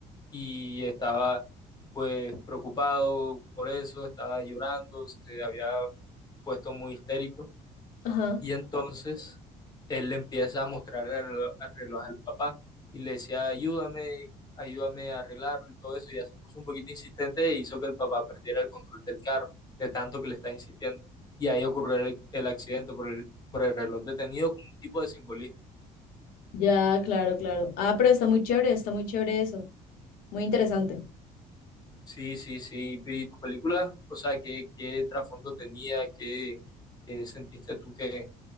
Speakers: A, on the left (about 25°); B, on the left (about 85°).
A: y estaba pues preocupado por eso, estaba llorando, se había puesto muy histérico
B: ajá,
A: y entonces él le empieza a mostrar el reloj, el reloj al papá y le decía, ayúdame, ayúdame a arreglarlo y todo eso. Y ya se puso un poquito insistente e hizo que el papá perdiera el control del carro, de tanto que le está insistiendo. Y ahí ocurrió el, el accidente por el, por el reloj detenido como un tipo de simbolismo.
B: ya, claro, claro. Ah, pero está muy chévere, está muy chévere eso, muy interesante.
A: Sí, sí, sí. ¿Y tu película? O sea, ¿qué, qué trasfondo tenía? ¿Qué, qué sentiste tú que,